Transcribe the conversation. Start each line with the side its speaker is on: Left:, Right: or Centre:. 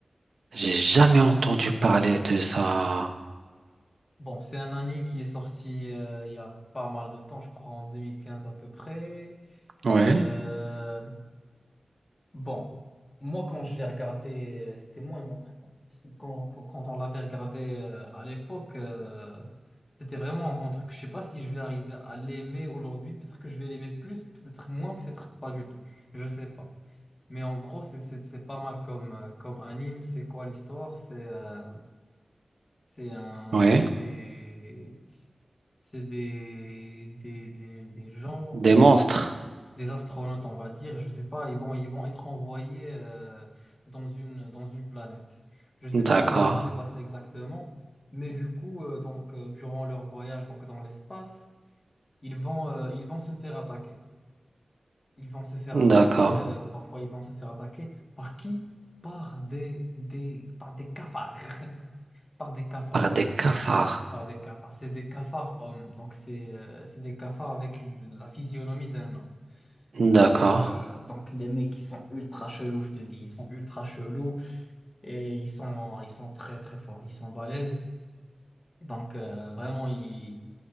Right: J'ai jamais entendu parler de ça.
Left: Bon, c'est un anime qui est sorti euh, il y a pas mal de temps, je crois en 2015 à peu près.
Right: Oui,
Left: Euh, bon, moi quand je l'ai regardé, euh, c'était moi et mon frère en plus. Quand, quand- quand on l'avait regardé euh, à l'époque, euh, c'était vraiment un bon truc. Je sais pas si je vais arriver à l'aimer aujourd'hui. Peut-être que je vais l'aimer plus, peut-être moins, peut-être pas du tout. Je sais pas. Mais en gros, c'est c'est- c'est pas mal comme, euh, comme anime. C'est quoi l'histoire? C'est euh, c'est un,
Right: Oui.
Left: c'est des c'est des, des, des, des gens,
Right: Des monstres.
Left: des astronautes, on va dire, je sais pas, et bon, ils vont être envoyés euh, dans une, dans une planète. Je sais
Right: D'accord.
Left: pas comment ça s'est passé exactement, mais du coup, euh, donc, euh, durant leur voyage donc, dans l'espace, ils vont, euh, ils vont se faire attaquer. Ils vont se faire
Right: D'accord.
Left: attaquer, euh, parfois ils vont se faire attaquer par qui? Par des, des, par des cafards. <laughs> Par des cafards.
Right: Par des cafards.
Left: Par des cafards. C'est des cafards hommes. Donc, c'est euh, c'est des cafards avec l- la physionomie d'un homme.
Right: D'accord.
Left: De- euh, donc, les mecs, ils sont ultra chelous, je te dis. Ils sont ultra chelous et ils sont, ils sont très, très forts. Ils sont balèzes. Donc, euh, vraiment, ils,